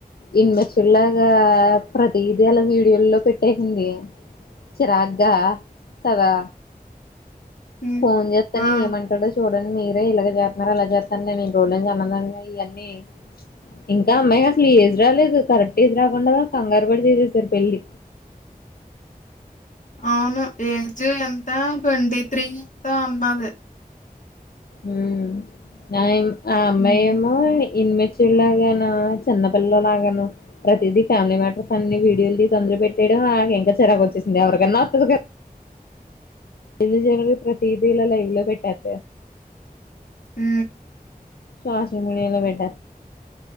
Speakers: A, on the left; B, on the left.
A: ఇన్ మ్యా్చ్చర్ లాగా ప్రతిదీ అలా వీడియోల్లో పెట్టేసింది చిరాగ్గా కదా
B: హ్మ్.
A: ఫోన్ చేస్తనే
B: ఆ!
A: ఏమంటడో చూడాల మీరే ఇలాగ చేస్తున్నారు అలా చేస్తను నేను చూడలేక అన్నాన్నివన్నీ ఇంకా అమ్మాయికి అసలు ఏజ్ రాలేదు కరెక్ట్ ఏజ్ రాకుండా కంగారు పడి చేసెసారు పెళ్ళి
B: అవును ఏజ్ ఎంత ట్వంటీ త్రి ఎంతో అన్నాది
A: ఉ న ఆ అమ్మయి
B: హ్మ్.
A: ఏమో ఇన్మెెచ్చూర్ లాగాన చిన్నపిల్లలాగా ప్రతిదీ ఫ్యామిలీ మ్యాటర్స్ అన్ని వీడియోలు తీసి అందులో పెట్టేయడం ఇంకా చెరాకు వచ్చేసింది ఎవరికైన్నా వస్తుంది కదా ఎందు జనకి ప్రతీతిల లైవ్ లో పెట్టాత
B: హ
A: శ్వాస విమిడిలా భేట